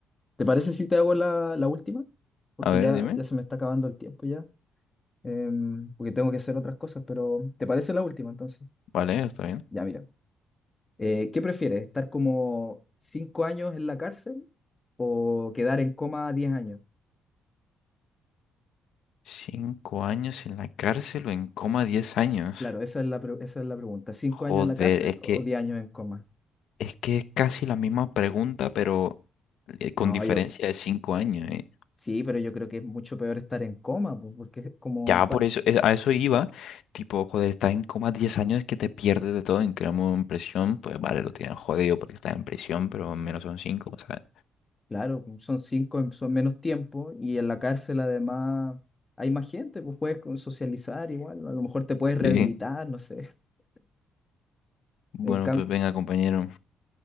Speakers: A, on the left; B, on the left.
A: ¿Te parece si te hago la, la última? Porque
B: A ver,
A: ya,
B: dime.
A: ya se me está acabando el tiempo ya. em, porque tengo que hacer otras cosas, pero ¿te parece la última entonces?
B: Vale, está bien.
A: Ya, mira. Eh, ¿qué prefieres? ¿Estar como cinco años en la cárcel o quedar en coma 10 años?
B: Cinco años en la cárcel o en coma diez años.
A: Claro, esa es la, pre- esa es la pregunta. ¿Cinco
B: Joder,
A: años en la cárcel
B: es que
A: o 10 años en coma?
B: es que es casi la misma pregunta, pero eh, con
A: No,
B: diferencia
A: yo
B: de cinco años, ¿eh?
A: sí, pero yo creo que es mucho peor estar en coma, pues, porque es como,
B: Ya
A: pa-
B: por eso, eh, a eso iba. Tipo, joder, estás en coma 10 años que te pierdes de todo. En cambio, en prisión, pues vale, lo tienes jodido porque estás en prisión, pero al menos son cinco, ¿sabes?
A: Claro, pues, son cinco, en- son menos tiempo y en la cárcel además hay más gente, pues puedes con- socializar igual, a lo mejor te puedes rehabilitar,
B: Sí.
A: no sé. <laughs>
B: Bueno,
A: En cambio,
B: pues venga, compañero.